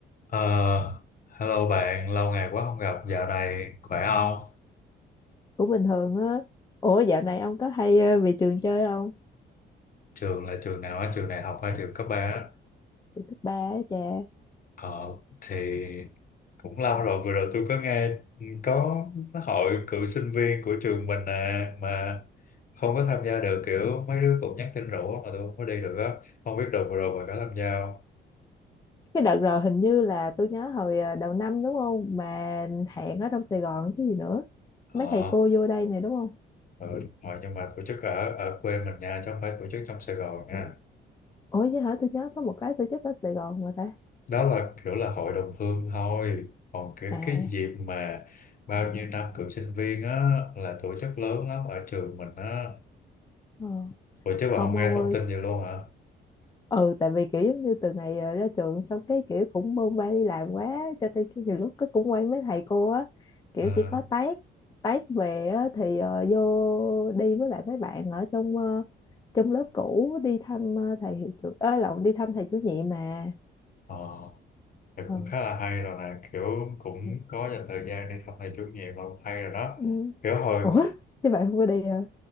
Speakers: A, on the left (about 45°); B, on the left (about 20°).
A: Ờ, hello bạn, lâu ngày quá không gặp. Dạo này khỏe không?
B: cũng bình thường á ủa dạo này ông có hay ờ, về trường chơi không
A: Trường là trường nào á? Trường đại học hay trường cấp 3 á?
B: cấp ba á cha
A: Ờ, thì cũng lâu rồi. Vừa rồi tôi có nghe có hội cựu sinh viên của trường mình à, mà không có tham gia được. Kiểu mấy đứa cũng nhắn tin rủ mà tôi không có đi được á. Không biết đợt vừa rồi bạn có tham gia không?
B: cái đợt rồi hình như là tôi nhớ hồi ờ, đầu năm đúng không mà hẹn ở trong Sài Gòn chứ gì nữa
A: Ờ,
B: mấy thầy cô vô đây này đúng không
A: ừ, đúng rồi, nhưng mà tổ chức ở ở quê mình nha, chứ không phải tổ chức trong Sài Gòn nha.
B: ủa chứ hả tôi nhớ có một cái tổ chức ở Sài Gòn mà ta
A: đó là kiểu là hội đồng hương thôi còn cái
B: à
A: cái dịp mà bao nhiêu năm cựu sinh viên á là tổ chức lớn lắm ở trường mình á
B: ờ.
A: ủa chứ
B: không
A: bà không nghe
B: ông ơi
A: thông tin vậy luôn hả
B: ừ tại vì kiểu giống như từ ngày ờ, ra trường xong cái kiểu cũng bôn ba đi làm quá cho nên cái nhiều lúc cái cũng quay mấy thầy cô á kiểu
A: à,
B: chỉ có tát tát về á, thì ờ, vô đi với lại mấy bạn ở trong ờ, trong lớp cũ đi thăm ờ, thầy hiệu trưởng ơ lộn đi thăm thầy chủ nhiệm mà
A: ờ thì
B: ừ.
A: cũng khá là hay rồi nè kiểu cũng
B: ừ.
A: có dành thời gian đi thăm thầy chủ nhiệm là cũng hay rồi đó
B: Ừ.
A: kiểu hồi
B: ủa chứ bạn không có đi à